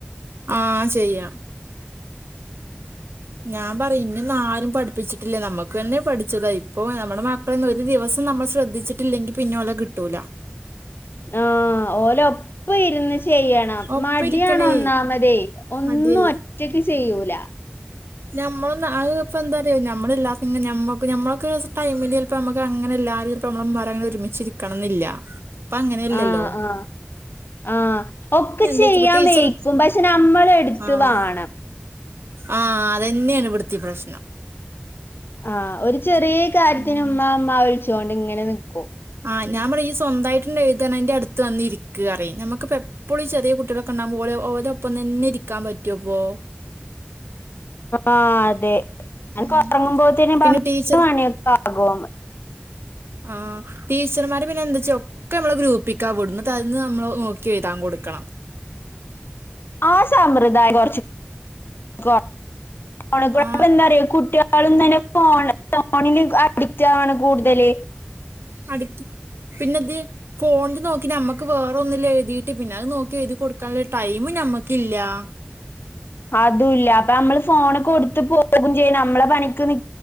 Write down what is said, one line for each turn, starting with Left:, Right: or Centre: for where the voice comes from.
Right: ആഹ് ചെയ്യ ഞാൻ പറയും ഇന്നെന്നും ആരും പഠിപ്പിച്ചിട്ടില്ല നമ്മക്കന്നെ പഠിച്ചതാ ഇപ്പൊ നമ്മുടെ മ ട്ടന്ന് ഒരു ദിവസം നമ്മൾ ശ്രദ്ധിച്ചിട്ടില്ലെങ്കി പിന്നെ ഓലെ കിട്ടൂല.
Left: ആഹ് ഓലൊ പ്പ ഇരുന്ന് ചെയ്യണം
Right: ഒപ്പം
Left: മടിയാണ്
Right: ഇരിക്കണേ
Left: ഒന്നാമതേ ഒന്നു
Right: അതെ
Left: ഒ റ്റയ്ക്ക് ചെയ്യൂല.
Right: ഞമ്മളും ന്ന് അഹ് ഇപ്പ എന്താറിയോ ഞമ്മളില്ലാത്ങ ഞമ്മക്കും ഞമ്മൾക്കൊരൂസം ടൈമില് ചെൽ പ്പ മ്മക്ക് അങ്ങനെ എല്ലാരും ഇത്പ്പ നമ്മളെ ഇമ്മാരങ്ങനെ ഒരുമിച്ചിരിക്കണം ന്നില്ല. ഇപ്പങ്ങന്യല്ലല്ലോ.
Left: ആഹ് ആഹ്. ആഹ് ഒക്കെ
Right: എന്താ
Left: ചെയ്യാൻ
Right: വെച്ച ഇപ്പ ടീച്ചർ
Left: വെയ്ക്കും പക്ഷെ നമ്മളെടുത്ത്
Right: ആഹ്
Left: വാണം.
Right: ആഹ് അതെന്നേണ് ഇവട്ത്തിം പ്രശ്നം.
Left: ആഹ് ഒരു ചെറിയെ കാര്യത്തിന്
Right: ഉം
Left: ഉമ്മാ ഉമ്മാ വിളിച്ചോണ്ട് ഇങ്ങനെ നിക്കും.
Right: ആഹ് ഞാൻ പറയും ഇയ്യ് സ്വന്തായിട്ടെന്നെ എഴുതാണേ ഇന്റടുത്ത് വന്ന് ഇരിക്ക് പറയും ഞമ്മക്ക്പ്പെപ്പ എപ്പളും ചെറിയ കുട്ടികളൊക്കണ്ടാവുമ്പോ ഓലെ ഓലൊപ്പം തന്നെ ഇരിക്കാൻ പറ്റൊ പ്പോ.
Left: ആഹ് അതെ ഞാനൊക്കൊറങ്ങുമ്പോത്ത്ന്
Right: ഉം.
Left: പന്ത്രണ്ട്
Right: പിന്നെ ടീച്ചർ
Left: മണിയൊക്കാകും.
Right: ആഹ് ടീച്ചർമാര് പിന്നെ എന്തചൊ ക്കെ നമ്മള് ഗ്രൂപ്പിക്കാ വിടും ഇന്നട്ട് അതീന്ന് നമ്മൾ നോക്കി എഴുതാൻ കൊട്ക്കണം.
Left: ആ സാമ്പ്രദായം കൊർച്ച് കൊർ <unintelligible> ഫോൺകുടെ
Right: ആ
Left: അപ്പൊഎന്താറിയോ കുട്ടിയേ ളും തെന്നെ ഫോൺ ഫോണില് അഡിക്റ്റാവാണ് കൂടുതല്.
Right: അഡിക്റ്റ് പിന്നെ ദ് ഫോണിൽ നോക്കി ഞമ്മക്ക് വേറൊന്നില് എഴുതീട്ട് പിന്നെ അത് നോക്കി എഴുതി കൊടുക്കാനുള്ള ടൈമ് ഞമ്മക്കില്ലാ.
Left: അതൂല്ല. അപ്പ നമ്മള് ഫോണ് കൊടുത്ത് പോകും ചെയ്യും നമ്മളെ പണിക്ക് നി